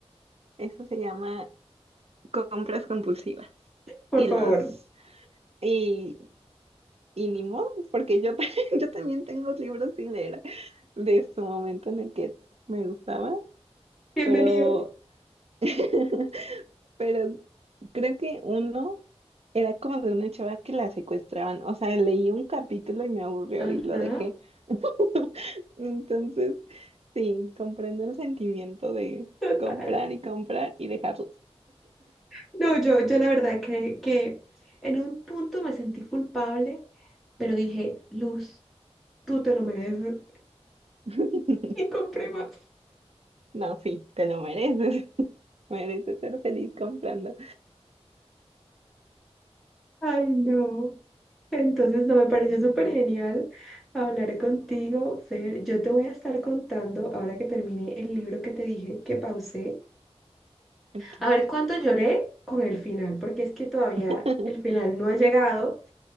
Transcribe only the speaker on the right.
Eso se llama compras compulsivas.
Y
los, y, y ni modo, porque yo, también- <laughs> yo también tengo libros sin leer de su momento en el que me gustaba,
pero, <laughs> pero creo que uno. Era como de una chava que la secuestraban. O sea, leí un capítulo y me aburrió
y lo dejé. <laughs> Entonces, sí, comprendo el sentimiento de
comprar y comprar y dejarlos.
<laughs>
No, sí, te lo mereces. <laughs> Mereces ser feliz comprando.
Ok.
<laughs>